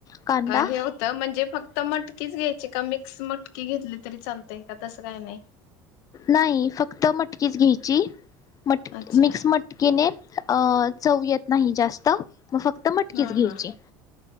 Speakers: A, on the left (about 40°); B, on the left (about 70°).
A: कांदा
B: अ हे होतं म्हणजे फक्त आता मटकीच घ्यायची का मिक्स मटकी घेतली तरी चालतय? का तसं काय नाही.
A: नाही फक्त मटकीच घ्यायची. मट
B: अच्छा
A: मिक्स मटकीेने अ चव येत नाही जास्त त मग फक्त मटकीच
B: हा
A: घ्यायची
B: हा